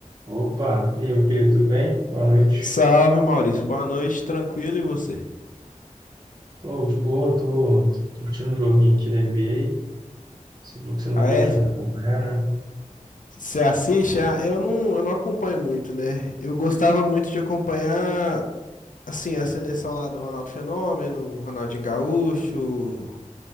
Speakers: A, on the right; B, on the left.
A: Opa, e aí, meu querido, tudo bem? Boa noite.
B: Salve, Maurício. Boa noite, tranquilo e você?
A: Oh, de boa, tô curtindo um joguinho aqui da NBA. Você viu que você não
B: Ah,
A: curte
B: é?
A: muito acompanhar, né?
B: Você assiste? Ah, eu não, eu não acompanho muito, né? Eu gostava muito de acompanhar, assim, a seleção lá do Ronaldo Fenômeno, Ronaldinho Gaúcho.